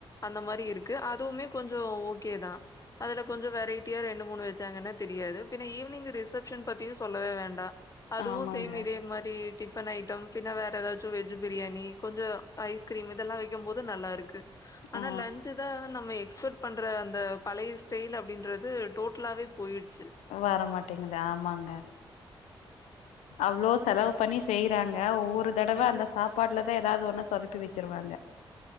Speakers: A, on the left; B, on the left.
A: அந்த மாரி இருக்கு அதுவுமே கொஞ்சோ ஓகேதா அதுல கொஞ்ச வெரைட்டியா ரெண்டு மூணு வச்சாங்கனா தெரியாது பின்ன ஈவினிங் ரிசெப்ஷன் பத்தியு சொல்லவே வேண்டா அதுவு
B: ஆமாங்க.
A: சேம் இதே மாரி டிஃபன் ஐட்டம் பின்ன வேற ஏதாச்சு வெஜ் பிரியாணி கொஞ்சோ ஐஸ்கிரீம் இதெல்லா வைக்கும் போது நல்லா இருக்கு ஆனா
B: ஆ
A: லன்ஞ்சுதா நம்ம எக்ஸ் எக்ஸ்பெட் பண்ற அந்த பழைய ஸ்டைல் அப்புடின்றது டோட்டலாவே போயிடுச்சு
B: வரமாட்டேங்குது ஆமாங்க அவ்ளோ செலவு பண்ணி செய்றாங்க ஒவ்வொரு தடவ அந்த சாப்பாட்டுலதா எதாவது ஒண்ணு சொதப்பி வச்சுருவாங்க